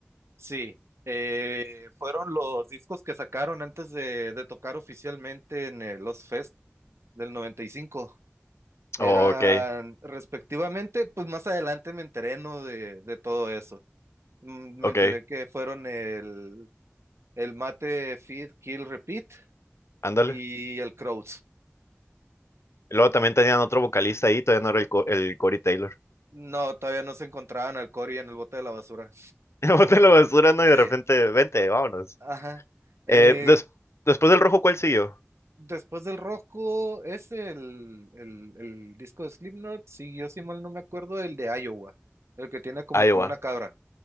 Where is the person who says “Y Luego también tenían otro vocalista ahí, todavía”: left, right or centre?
Left